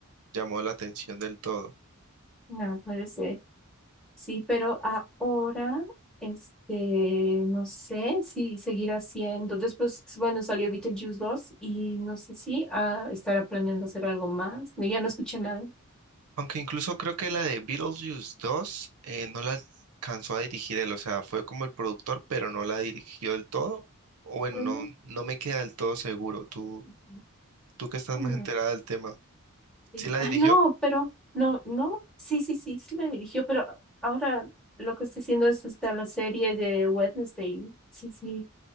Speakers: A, on the right (about 85°); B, in the centre.
A: llamó la atención del todo.
B: No, puede ser. Sí, pero ahora, este, no sé si seguirá siendo. Después, bueno, salió Beetlejuice 2 y no sé si ah, estará planeando hacer algo más. No, ya no escuché nada.
A: Aunque incluso creo que la de Beetlejuice 2 eh, no la alcanzó a dirigir él, o sea, fue como el productor, pero no la dirigió del todo. O bueno,
B: Ujú.
A: no, no me queda del todo seguro. Tú,
B: Ujú.
A: tú que estás
B: Mm,
A: más enterada del tema,
B: sí.
A: ¿sí la
B: Ah,
A: dirigió?
B: no, pero no, no, sí, sí, sí, sí me dirigió, pero ahora lo que está haciendo es esta la serie de Wednesday. Sí, sí.